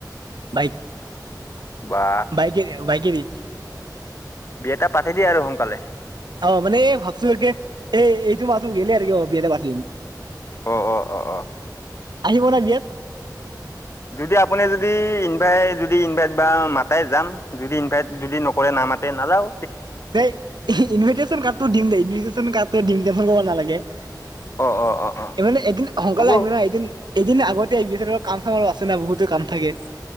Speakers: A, on the right; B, on the left.
A: বাইক
B: বা
A: বাইকে বাইকেদি
B: <unintelligible> পাতি দি আৰু সোনকালে।
A: অ' মানে ভাবছো আৰুকে এই এইটো মাহ গেলে আৰু কি অ' বিয়াটো পাতিম।
B: অ', অ', অ', অ।
A: আহিব ন বিয়াত।
B: যদি আপুনি যদি ইনভাই যদি ইনভাইট বা মাতে যাম। যদি ইনভাইট যদি নকৰে নামাতে নাযাও।
A: ধেই ইনটেশচন কাৰ্ডটো দিম দেই ইনটেশন কাৰ্ড দিম দে ম ক'ব নালাগে। এই
B: অ অ অ অ
A: মানে এদিন সোনকালে
B: হ'ব
A: আহিবি নহয় এদিন, এদিন আগতে আহি কাম চামো আছে না বহুতো কাম থাকে।